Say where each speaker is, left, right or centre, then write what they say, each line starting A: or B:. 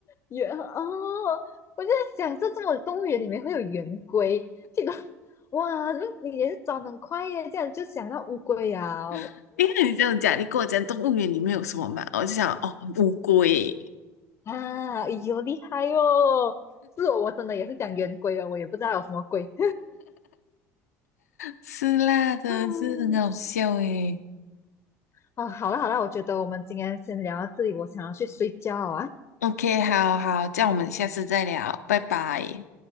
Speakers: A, on the left; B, on the left.
A: 圆哦，我就在想，这这么动物园里面会有圆规，这个哇，那你也是转很快耶，这样就想到乌龟啊
B: <laughs> 因为你这样讲，你跟我讲动物园里面有什么嘛，我就想哦乌龟。
A: 啊，哎呦厉害哦！是我，我真的也是讲圆规哦，我也不知道有什么龟。
B: 是啦，真的是很好笑诶。
A: 嗯，哦，好了好了，我觉得我们今天先聊到这里，我想要去睡觉啊，
B: OK，好好，这样我们下次再聊，拜拜。